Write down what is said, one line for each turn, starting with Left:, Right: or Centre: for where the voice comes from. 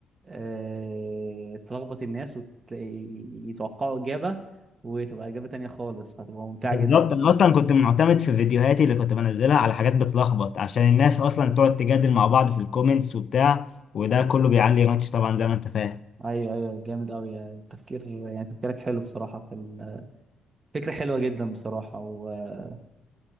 Right: آه، تلخبط الناس ويتوقعوا اجابه وتبقى اجابه تانية خالص فتبقى ممتعه
Left: بالظبط
Right: جدا بصراحه
Left: انا اصلا كنت معتمد في فيديوهاتي اللي كنت بنزلها على حاجات بتلخبط عشان الناس اصلا تقعد تجادل مع بعض في الكومنتس وبتاع وده كله بيعلي رانش طبعا زي ما انت فاهم
Right: ايوه ايوه جامد قوي يعني التفكير يعني تفكيرك حلو بصراحه في ال- فكره حلوه جدا بصراحه وانا